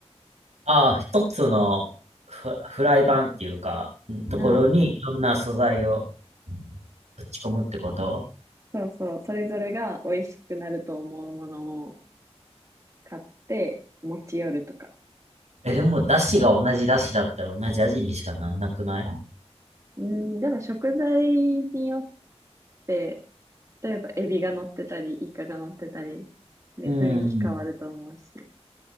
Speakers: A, on the right (about 85°); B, on the right (about 30°).
A: ああ、一つのフ、フライパンっていうか、ところにいろんな素材を
B: うん。
A: ぶち込むってこと
B: そうそう、それぞれが美味しくなると思うものを買って持ち寄るとか。
A: え、でも、だしが同じだしだったら同じ味にしかなんなくない
B: うん、でも食材によって、例えばエビが乗ってたり、イカが乗ってたり、で、
A: うん、
B: 雰囲気変わると思うし。
A: うん、